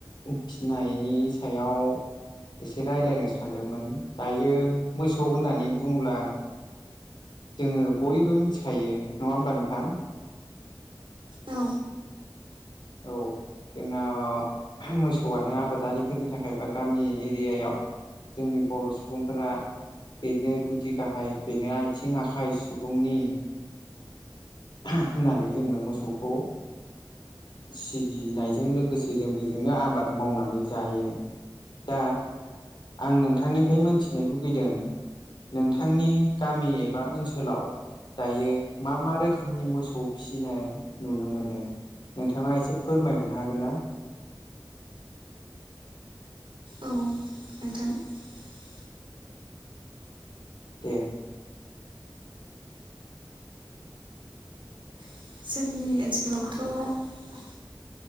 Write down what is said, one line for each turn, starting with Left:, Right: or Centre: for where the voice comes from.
Left: फिनायनि सायाव एसे रायलायनो सानदोंमोन दायो मोसौ होननानै बुङोब्ला जोङो बयबो मिथिखायो नङा ओमबा नोंथां
Right: औ
Left: औ जोंना मोसौआनो आबादारिफोरनि थाखाय बा गामि एरियायाव जोंनि बर' सुबुंफोरा बेनो गुदि गाहाय बेनो आथिं आखाइ सुबुंनि होननानै जोङो मोसौखौ सिबिनायजों लोगोसे जों बेजोंनो आबाद मावनानै जायो। दा आं नोंथांनिफ्राय मोनथिनो लुबैदों नोंथांनि गामि एबा ओनसोलाव दायो मा मा रोखोमनि मोसौ फिसिनाय नुनो मोनो? नोंथाङा एसे फोरमायहरनो हागोन ना?
Right: औ <unintelligible>
Left: दे
Right: <unintelligible>